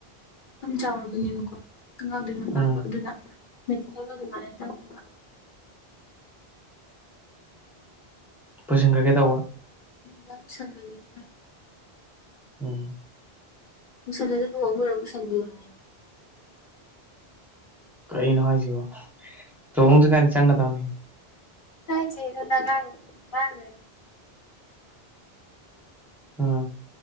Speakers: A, on the left; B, in the centre.
A: ꯃꯐꯝ ꯆꯥꯎꯔꯕꯅꯦꯕꯀꯣ ꯑꯉꯥꯡꯗꯨꯒꯤ ꯃꯄꯥꯗꯣ
B: ꯎꯝ
A: ꯑꯗꯨꯅ ꯃꯦꯜꯣ ꯑꯗꯨꯃꯥꯏꯅꯝꯃꯒ
B: ꯄꯨꯁꯤꯟꯈ꯭ꯔꯒꯦ ꯇꯧꯕ
A: ꯁꯁꯤꯡꯒꯂꯤꯅꯍ ꯍꯥꯏ
B: ꯎꯝ
A: ꯁꯂꯗ ꯍꯣꯝ ꯑꯣꯏꯔꯕꯨ ꯁꯟꯕꯤꯑꯣꯦ
B: ꯀꯩꯅꯣ ꯍꯥꯏꯁꯤꯕꯣ ꯇꯨꯍꯣꯡꯗ꯭ꯔꯤꯀꯥꯟ ꯆꯪꯒꯗꯕꯅꯦ
A: ꯊꯥꯏ ꯅꯖ ꯃꯅꯦ
B: ꯎꯝ